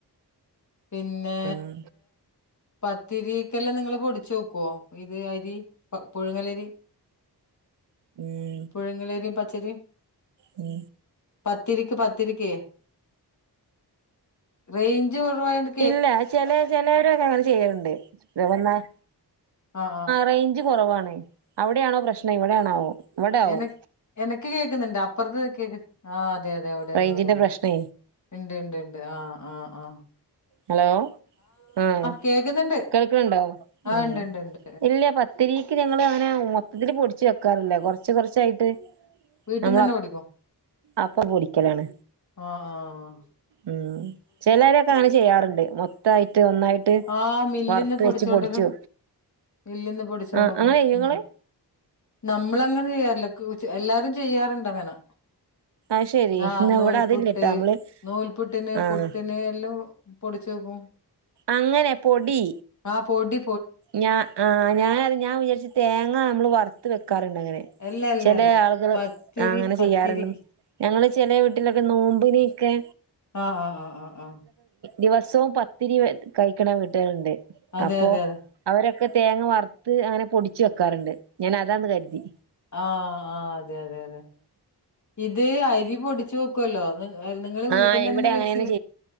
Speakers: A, on the left; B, on the right.
A: പിന്നേ
B: ഉം
A: പത്തിരീക്കെല്ലാം നിങ്ങള് പൊടിച്ചെക്കുവോ ഇത് അരി പ പുഴുങ്ങലരി
B: ഉം
A: പുഴ്ങ്ങലരിം പച്ചരിം
B: ഉം
A: പത്തിരിക്ക് പത്തിരിക്കേ റേയ്ഞ്ച് കൊറവായോണ്ട്
B: ഇല്ല ചെലെ ചെലേരൊക്കെ അങ്ങനെ ചെയ്യല്ണ്ട് <unintelligible>
A: ആഹ് ആഹ്
B: റെയ്ഞ്ച് കൊറവാണ് അവിടെയാണോ പ്രശ്നം ഇവ്ടെയാണാവോ ഇവ്ടാവും
A: എന എനക്ക് കേക്ക്ന്ന്ണ്ട് അപ്പൊറത്ത് കേക്ക് ആഹ് അതെ അതെ അവിടെന്നെ
B: റേഞ്ചിന്റെ
A: അവിടെന്നെ
B: പ്രശ്നേ
A: ഇണ്ട് ഇണ്ട് ഇണ്ട് ആഹ് ആഹ് ആഹ്
B: ഹലോ ആഹ്
A: കേക്കുന്നുണ്ട്
B: കേൾക്ക്ണ് ണ്ടോ ആ
A: ഇണ്ട് ഇണ്ട് ഇണ്ട്
B: ഇല്ല്യ പ ത്തിരീക്ക് ഞങ്ങള് അങ്ങനെ മൊത്തത്തില് പൊട്ച്ച് വെക്കാറില്ല കൊറച്ച് കൊറച്ചായിട്ട്
A: വീട്ട്ന്നന്നെ
B: നമ്മള്
A: പൊടിക്കൊ
B: അപ്പൊ പൊടിക്കലാണ്
A: അഹ് ആഹ്
B: ഉം ചെലരൊക്കെ അങ്ങനെ ചെയ്യാറ്ണ്ട് മൊത്തായിട്ട് ഒന്നായിട്ട്
A: ആഹ് മില്ല്ന്ന്
B: വറുത്ത്
A: പൊടിച്ചോണ്ടരും
B: വെച്ച് പൊടിച്ചു
A: മില്ല്ന്ന് പൊടിച്ചോണ്ട്
B: ആ
A: പോ
B: അങ്ങനെ ചെയ്യോ
A: ഉം
B: ഇങ്ങള്
A: നമ്മളങ്ങനെ ചെയ്യാറില്ല എല്ലാരും ചെയ്യാറ്ണ്ടങ്ങനെ
B: അത് ശെരി
A: ആഹ്
B: ഇന്ന്
A: നൂൽപുട്ട്
B: ഇവിടെ അതില്ലട്ടോ നമ്മള്
A: നോൽപുട്ട്ന്
B: ആഹ്
A: പുട്ട്ന് എല്ലോം പൊടിച്ചെക്കും
B: അങ്ങനെ പൊടി
A: ആഹ് പൊടി
B: ഞാ ആഹ് ഞാനത് ഞാൻ വിചാര്ച്ച് തേങ്ങ നമ്മള് വർത്ത് വെക്കാറ്ണ്ട് അങ്ങനെ
A: അല്ല അല്ല
B: ചെലേ
A: അല്ല
B: ആള്കൾ
A: പത്തിരി
B: ആഹ് അങ്ങനെ
A: പത്തിരി
B: ചെയ്യാറ്ണ്ട്ന്ന് ഞങ്ങള് ചെലേ വീട്ടിലൊക്കെ നോമ്പിനൊക്കെ
A: ആഹ് ആഹ് ആഹ് ആഹ് ആഹ്
B: ദിവസോം പത്തിരി കഴിക്ക്ണ വിട്ടേര്ണ്ട്
A: അതെ
B: അപ്പോ
A: അതെ അതെ
B: അവരൊക്കെ തേങ്ങ വർത്ത് അങ്ങനെ പൊടിച്ച് വെക്കാറ്ണ്ട് ഞാനതാന്ന് കര്തി
A: ആഹ് ആഹ് അതെ അതെ അതെ ഇത് അരി പൊടിച്ച് ക്കല്ലോ നി നിങ്ങള്
B: ആ
A: വീട്ടിന്നന്നെ
B: ഇവിടെ
A: മിക്സീല്
B: അങ്ങനെന്നെ